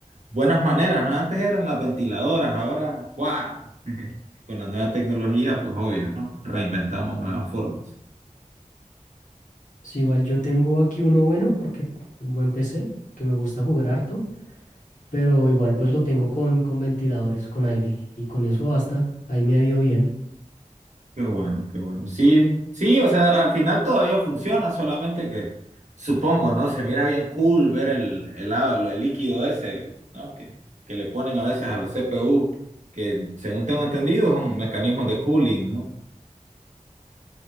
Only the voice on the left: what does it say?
sí, igual yo tengo aquí uno bueno, porque un buen PC, que me gusta jugar harto, pero igual pues lo tengo con, con ventiladores, con aire, y con eso basta, ahí me ha ido bien.